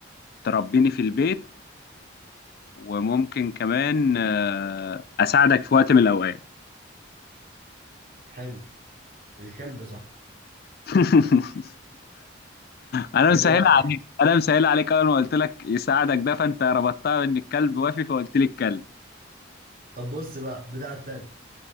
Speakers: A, on the left; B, on the right.
A: تربيني في البيت وممكن كمان آه، اساعدك في وقت من الاوقات
B: حلو الكلب صح
A: <laughs> انا
B: ايه
A: مسهل
B: رأيك
A: عليك انا مسهل عليك اول ما قلت لك يساعدك ده فانت ربطتها بان الكلب وافي فقلت لي الكلب
B: طب بص بقى بتاعت انا